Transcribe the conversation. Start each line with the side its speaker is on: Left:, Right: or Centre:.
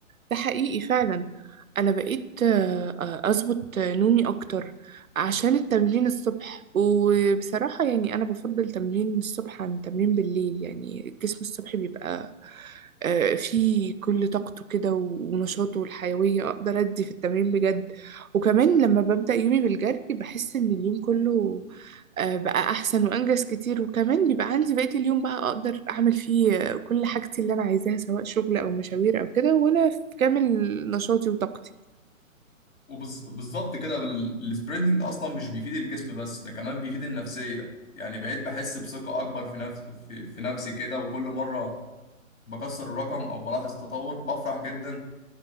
Right: ده حقيقي فعلا أنا بقيت آه، آه، أظبط نومي أكتر عشان التمرين الصبح وبصراحة يعني أنا بفضل تمرين الصبح عن تمرين بالليل يعني الجسم الصبح بيبقى آه، فيه كل طاقته كده و- ونشاطه والحيوية أقدر أدي في التمرين بجد وكمان لما ببدأ يومي بالجري بحس إن اليوم كله آه، بقى أحسن وأنجز كتير وكمان بيبقى عندي بقية اليوم بقى أقدر أعمل فيه آه، كل حاجتي اللي أنا عايزاها سواء شغل أو مشاوير أو كده وأنا في كامل نشاطي وطاقتي
Left: وبالظبط كده بال- السبرنتنج اصلا مش بيفيد الجسم بس ده كمان بيفيد النفسيه يعني بقيت بحس بثقه اكبر في نفس في, في نفسي كده وكل مره بكسر الرقم او بلاحظ تطور بفرح جدا